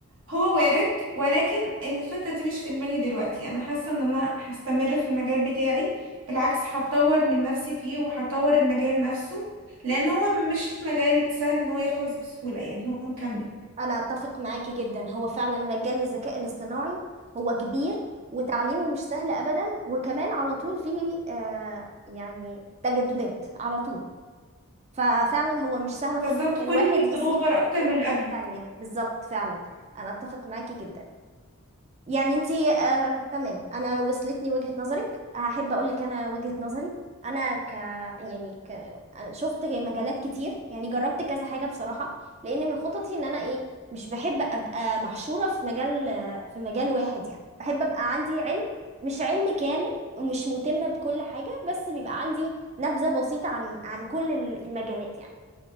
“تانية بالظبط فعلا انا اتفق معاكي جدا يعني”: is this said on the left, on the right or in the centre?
Right